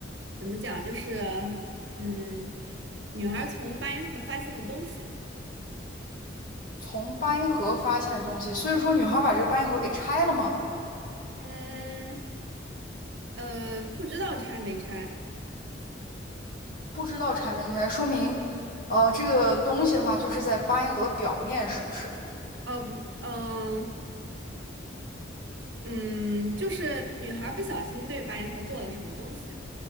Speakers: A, on the right (about 65°); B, on the left (about 45°).
A: 怎么讲？就是嗯，女孩从八音盒发现的东西，
B: 从八音盒发现的东西，所以说女孩把这个八音盒给拆了吗？
A: 嗯呃，不知道拆没拆。
B: 不知道拆没拆，说明，呃，这个东西的话就是在八音盒的表面，是不是？
A: 哦，不，嗯、嗯，就是女孩不小心对八音盒做了什么东西，